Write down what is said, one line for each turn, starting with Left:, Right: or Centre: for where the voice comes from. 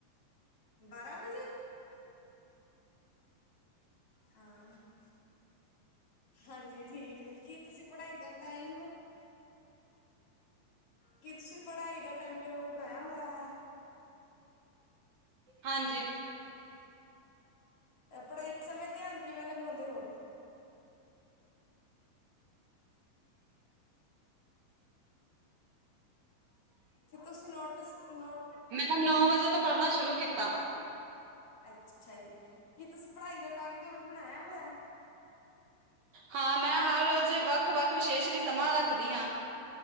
Left: ਬਾਰਾਂ ਵਜੇ। ਹਾਂ। ਹਾਂਜੀ। ਠੀਕ ਹੈ, ਕੀ ਤੁਸੀਂ ਪੜ੍ਹਾਈ ਦਾ ਟਾਈਮ ਕੀ ਤੁਸੀਂ ਪੜ੍ਹਾਈ ਦਾ ਟਾਈਮ ਟੇਬਲ ਬਣਾਇਆ ਹੋਇਆ ਹੈ?
Right: ਹਾਂਜੀ।
Left: ਅ ਪੜ੍ਹਾਈ ਸਮੇਂ ਧਿਆਨ ਕਿਵੇਂ ਲਗਾਉਂਦੇ ਹੋ? <inaudible> ਤੇ ਤੁਸੀਂ ਨੋਟਿਸ ਨੋਟ
Right: ਮੈਂ ਨੌ ਵਜੇ ਤੋਂ ਪੜ੍ਹਨਾ ਸ਼ੁਰੂ ਕੀਤਾ।
Left: ਅੱਛਾ ਜੀ। ਕੀ ਤੁਸੀਂ ਪੜ੍ਹਾਈ ਦਾ ਟਾਈਮ ਟੇਬਲ ਬਣਾਇਆ ਹੋਇਆ?
Right: ਹਾਂ। ਮੈਂ ਹਰ ਰੋਜ਼ ਵੱਖ -ਵੱਖ ਵਿਸ਼ੇਸ਼ ਲਈ ਸਮਾਂ ਰੱਖਦੀ ਹਾਂ।